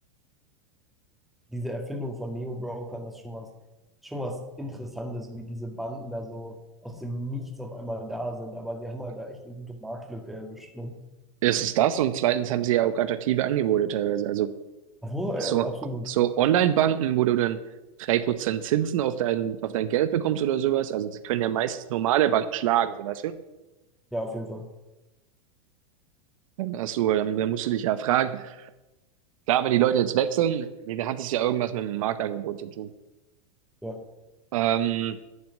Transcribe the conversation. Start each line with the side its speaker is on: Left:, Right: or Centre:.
Centre: diese Erfindung von Neo-Brokern, das ist schon was, schon was Interessantes, wie diese Banden da so aus dem Nichts auf einmal da sind. Aber sie haben halt da echt eine gute Marktlücke erwischt. Ne?
Right: Erstens das und zweitens haben sie ja auch attraktive Angebote teilweise. Also
Centre: Obwohl,
Right: So,
Centre: ja, absolut.
Right: so Online-Banken, wo du dann 3% Zinsen auf dein, auf dein Geld bekommst oder sowas. Also sie können ja meistens normale Banken schlagen, so weißt du?
Centre: Ja, auf jeden Fall.
Right: Dann hast du, dann, dann musst du dich ja fragen. Klar, wenn die Leute jetzt wechseln, nee, dann hat es ja irgendwas mit dem Marktangebot zu tun.
Centre: Ja.
Right: Ähm,